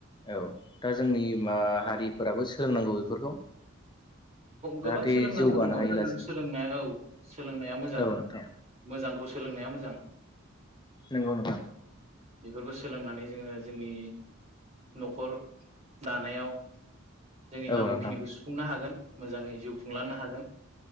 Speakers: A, on the left; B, on the right.
A: औ दा जोंनि मा हारिफोराबो सोलोंनांगौ बेफोरखौ।
B: गोबां
A: जाहाथे
B: सोलोंनांगौ
A: जौगानो
B: दङ
A: हायो
B: जों
A: लासै
B: सोलोंनाय
A: लासै
B: औ सोलोंनाया मोजां।
A: औ नोंथां
B: मोजांखौ सोलोंनाया मोजां।
A: नोंगौ‌ नोंथां।
B: बेफोरखौ सोलोंनानै जोङो जोंनि न'खर दानायाव जोंनि
A: औ
B: नांगौखिनिखौ
A: नोंथां
B: सुफुंनो हागोन। मोजाङै जिउ खुंलांनो हागोन।